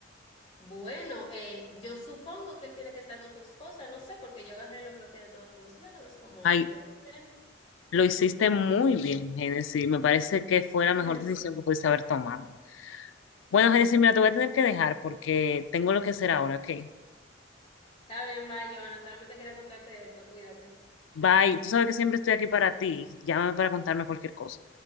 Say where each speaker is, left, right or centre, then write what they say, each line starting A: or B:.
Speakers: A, on the left; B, on the left.
A: bueno, eh, yo supongo que él tiene que estar con su esposa, no sé, porque yo agarré y lo bloqueé de todos los lados, como
B: Ay,
A: debe ser.
B: lo hiciste muy bien, Genesis. Me parece que fue la mejor
A: <laughs>
B: decisión que pudiste haber tomado. Bueno, Genesis, mira, te voy a tener que dejar porque tengo lo que hacer ahora, ¿ok?
A: Está bien, bye, Joana. Solamente quería contarte esto. Cuídate.
B: Bye. Tú sabes que siempre estoy aquí para ti. Llámame para contarme cualquier cosa.